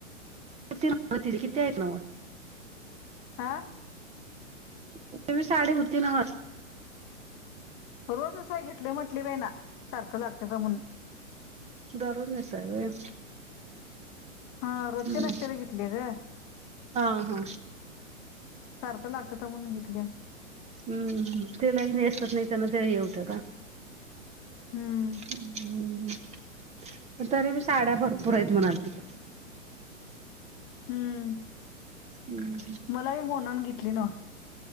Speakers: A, on the right; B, on the left.
A: किती हायेत नव?
B: आ.
A: तीची बी साडी होती न्हव.
B: रोज नेसाय घेतलोय म्हटली बाई ना, सारखं लागत्याता म्हणून
A: दरोज नेसाय व्हय.
B: हा रोजच्या
A: हम्म
B: नेसतेल्या घेतली ग.
A: हा हा
B: सारखं लागत्याता म्हणून घेतलं.
A: हम्म त्या लई नेसत नाही, त्यांन ते हे व्हत्याता.
B: हा.
A: हम्म तरी मी साड्या भरपूर आहेत म्हणालती
B: हम्म
A: हम्म
B: मला बी मोनानं घेतली नव